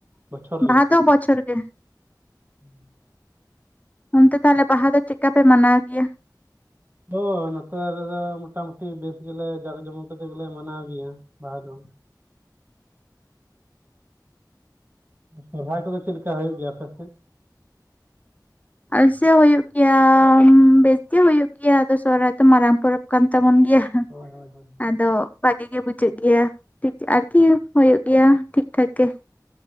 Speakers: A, on the right (about 30°); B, on the left (about 20°).
A: ᱵᱚᱪᱷᱚᱨ
B: ᱵᱟᱦᱟ ᱫᱚ ᱵᱚᱪᱷᱚᱨ ᱜᱮ᱾
A: ᱦᱩᱸ᱾
B: ᱚᱱᱛᱮ ᱛᱟᱦᱞᱮ ᱵᱟᱦᱟ ᱫᱚ ᱪᱮᱜᱠᱟ ᱯᱮ ᱢᱟᱱᱟᱣ ᱜᱤᱭᱟ?
A: ᱦᱳᱭ ᱱᱚᱛᱮ ᱨᱮᱫᱚ ᱢᱚᱴᱟ ᱢᱩᱴᱤ ᱵᱮᱥ ᱜᱮᱞᱮ ᱡᱟᱠ ᱡᱚᱢᱚᱠ ᱠᱟᱛᱮᱜ ᱜᱮᱞᱮ ᱢᱟᱱᱟᱣ ᱜᱮᱭᱟ᱾ ᱵᱟᱦᱟ ᱫᱳ ᱩᱸ ᱥᱚᱨᱦᱟᱭ ᱠᱚᱫᱚ ᱪᱮᱫ ᱞᱮᱠᱟ ᱦᱩᱭᱩᱜ ᱜᱮᱭᱟ ᱟᱯᱮ ᱥᱮᱜ?
B: ᱟᱥᱥᱟᱹ ᱦᱩᱭᱩᱜ ᱜᱮᱭᱟ ᱵᱮᱥᱛᱤ ᱦᱩᱭᱩᱜ ᱜᱤᱭᱟ ᱟᱫᱚ ᱥᱚᱦᱨᱟᱭ ᱫᱚ ᱢᱟᱨᱟᱝ ᱯᱚᱨᱚᱵᱽ ᱠᱟᱱ ᱛᱟᱵᱚᱱ ᱜᱤᱭᱟ,
A: ᱦᱳᱭ ᱦᱳᱭ ᱦᱳᱭ
B: ᱟᱫᱚ ᱵᱷᱟᱹᱜᱤ ᱜᱮ ᱵᱩᱡᱷᱟᱹᱜ ᱜᱮᱭᱟ ᱴᱷᱤᱠ ᱟᱨᱠᱤ ᱦᱳᱭᱳᱜ ᱜᱮᱭᱟ ᱴᱷᱤᱠ ᱴᱷᱟᱠ ᱜᱮ᱾